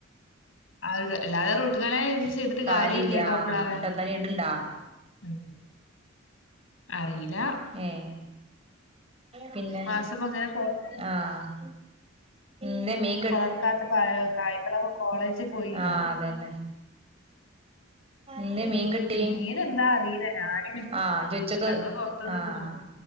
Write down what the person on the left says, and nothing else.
ആ അ് അല്ലാതെ റൂട്ട് കനാൽ ചെയ്തിട്ട്
കാരീല്യ ടോപ്പ്ടാതെ
ഉം അറിയില്ല
ഈ മാസം ഇപ്പൊ ഇങ്ങനെ പോട്ടെ
കൊളർക്കാത്ത കായ്കളൊക്കെ കോളേജിൽ പോയില്ലേ
ഉം.
മീൻ എന്താ അറിയില്ല ഞാന്
ഞങ്ങള് പുറത്തുനിന്ന്